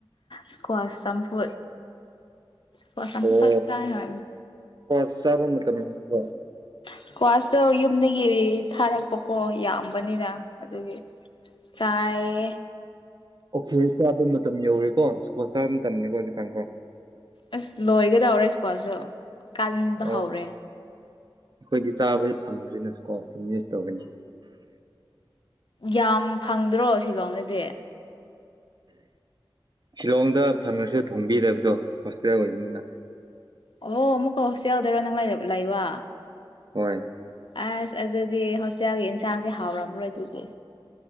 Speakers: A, on the left; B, on the right.
A: ꯁꯀ꯭ꯋꯥꯁ ꯆꯐꯨ ꯄꯁꯪ
B: ꯑꯣ
A: ꯄ ꯐꯠ ꯆꯥꯏ ꯍ
B: ꯀꯣꯔꯁ ꯆꯥꯕ ꯃꯇꯝ ꯑꯣ
A: ꯏꯁꯀ꯭ꯋꯥꯁꯇꯣ ꯌꯨꯝꯗꯒꯤ ꯊꯥꯔꯛꯄꯀꯣ ꯌꯥꯝꯕꯅꯤꯅ ꯑꯗꯨꯒꯤ ꯆꯔꯦ
B: ꯑꯣꯀꯦ ꯆꯥꯕ ꯃꯇꯝ ꯌꯧꯔꯦꯀꯣ ꯁ꯭ꯀꯣꯜ ꯆꯥꯕ ꯃꯇꯝꯅꯤꯀꯣ ꯍꯧꯖꯤꯛꯀꯥꯟ ꯀꯣ
A: ꯑꯁ ꯂꯣꯏꯒꯗꯧꯔꯦ ꯁꯀꯣꯜꯁꯨ ꯀꯟꯕ
B: ꯑꯣ
A: ꯍꯧꯔꯦ
B: ꯑꯩꯈꯣꯏꯗꯤ ꯆꯥꯕꯁ ꯐꯪꯗ꯭ꯔꯤꯅ ꯁꯀꯣꯁꯇꯝ ꯌꯨꯁ ꯇꯧꯒꯅꯤ
A: ꯌꯥꯝ ꯐꯪꯗ꯭ꯔꯣ ꯁꯤꯂꯣꯡꯗꯗꯤ
B: ꯁꯤꯤꯂꯣꯡꯗ ꯐꯪꯉꯁꯨ ꯊꯣꯡꯕꯤꯔꯕꯗꯣ ꯍꯣꯁꯄꯤꯇꯇꯥꯦꯜ ꯑꯣꯏꯕꯅꯤꯅ
A: ꯑꯣ ꯃꯨꯀ ꯍꯧꯁꯤ ꯌꯥꯎꯗꯔꯣ ꯅꯪ ꯂꯩ ꯂꯩ ꯋꯥ
B: ꯍꯣꯏ
A: ꯑꯁ ꯑꯗꯨꯗꯤ ꯍꯣꯁꯇꯦꯜꯒꯤ ꯌꯦꯟꯁꯥꯡꯁꯦ ꯍꯥꯎꯔꯝꯔꯣꯏ ꯑꯗꯨꯗꯤ